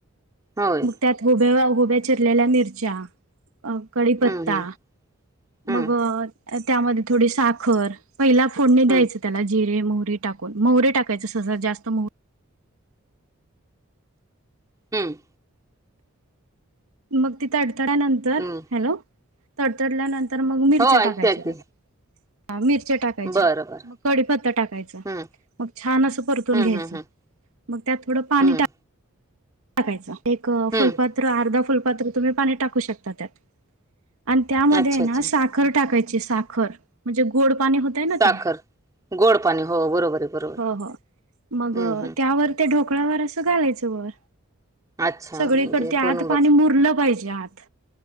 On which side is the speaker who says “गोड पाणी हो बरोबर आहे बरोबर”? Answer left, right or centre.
Right